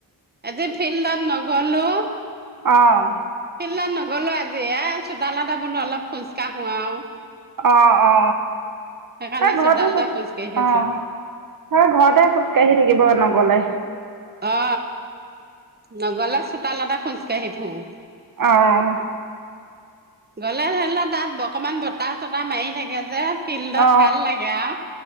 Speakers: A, on the right; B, on the right.
A: আজি ফিল্ডত নগলো
B: অঁ
A: ফিল্ডত নগলো আজি এ চোতালতে বোলো অলপ খোজকাঢ়ো আৰু
B: অ অ
A: সেইকাৰণে
B: তই ঘৰত
A: চোতালতে
B: খোজ
A: কাঢ়ি
B: অ
A: আছো
B: ঘৰতে খোজ কাঢ়ি থাকিব নগলে
A: অ নগলে চোতালতে খোজকাঢ়ি ফুৰোঁ
B: আহ
A: গ'লে ধৰি লওক তাত অকমান বতাহ চতাহ মাৰি থাকে যে ফিল্ডত
B: অ
A: ভাল লাগে আৰু